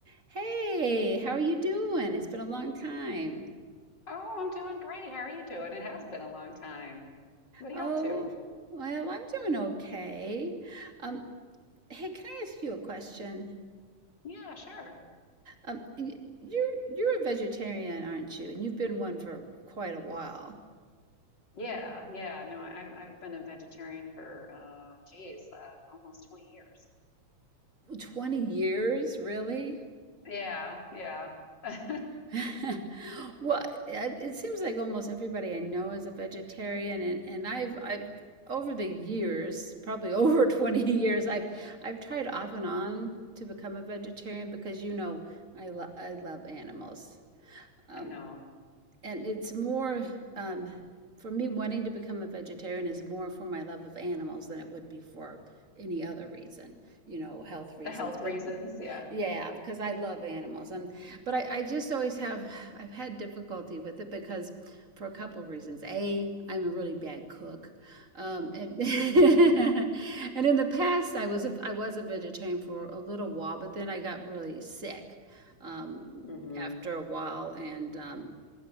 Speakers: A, on the right; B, on the left.
A: Hey, how are you doing? It's been a long time.
B: Oh, I'm doing great. How are you doing? It has been a long time. What are
A: Oh,
B: you up to?
A: well, I'm doing okay. Um, hey, can I ask you a question?
B: Yeah, sure.
A: Um, y- you're you're a vegetarian, aren't you? And you've been one for quite a while.
B: Yeah, yeah. No, I, I've been a vegetarian for, uh, geez, uh, almost 20 years.
A: 20 years, really?
B: Yeah, yeah. <laughs>
A: <laughs> Well, it it seems like almost everybody I know is a vegetarian, and and I've I've over the years, probably over <laughs> 20 years, I've I've tried off and on to become a vegetarian because you know I lo I love animals. Um,
B: I know.
A: and it's more um, for me wanting to become a vegetarian is more for my love of animals than it would be for any other reason, you know, health reasons.
B: The health
A: But
B: reasons. Yeah.
A: yeah, because I love animals. And but I, I just always have I've had difficulty with it because for a couple of reasons. A, I'm a really bad cook. Um and <laughs> and in the past I was a I was a vegetarian for a little while, but then I got really sick um
B: hmm
A: after a while and um